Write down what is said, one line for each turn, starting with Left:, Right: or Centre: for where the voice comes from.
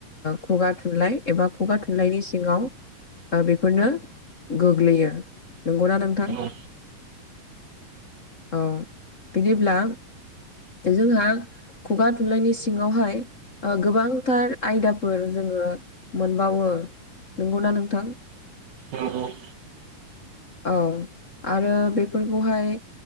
Left: खुगा थुनलाइ एबा खुगा थुनलाइनि सिङाव बेफोरनो गोग्लैयो। नंगौना नोंथां?
Right: नंगौ
Left: औ बिदिब्ला जोंहा खुगा थुनलाइनि सिङावहाय गोबांथार आयदाफोर जोङो मोनबावो। नंगौना नोंथां?
Right: औ औ।
Left: औ आरो बेफोरखौहाय